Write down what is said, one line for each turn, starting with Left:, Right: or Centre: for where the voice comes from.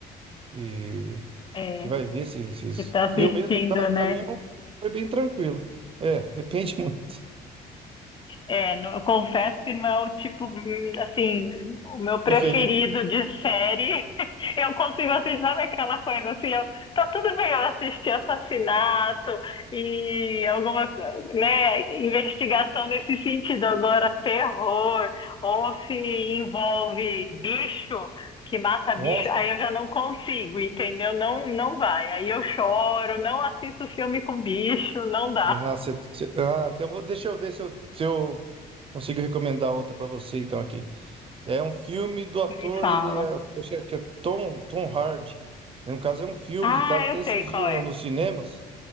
Right: que,
Left: É,
Right: que vai ver se esses.
Left: que tá assistindo,
Right: Eu mesmo, no caso,
Left: né?
Right: pra mim, não foi bem tranquilo. É, <laughs> depende muito.
Left: É, não- eu confesso que não é o tipo, hum, assim, o meu preferido
Right: Preferido?
Left: de série. <laughs> Eu consigo assistir, sabe aquela coisa assim, eu, tá tudo bem eu assistir assassinato e alguma, co- né, investigação nesse sentido. Agora, terror, ou se envolve bicho, que mata
Right: Monstros?
Left: bicho, aí eu já não consigo, entendeu? Não, não vai. Aí eu choro, não assisto filme com bicho, não dá.
Right: Ah, cê- cê- ah, então vou- deixa eu ver se eu, se eu consigo recomendar outra pra você, então, aqui. É um filme do ator,
Left: Me fala.
Right: ele é, eu acho que é Tom, Tom Hardy. No caso, é um filme
Left: Ah,
Right: que estava até
Left: eu
Right: esses
Left: sei qual
Right: dias
Left: é.
Right: no- nos cinemas,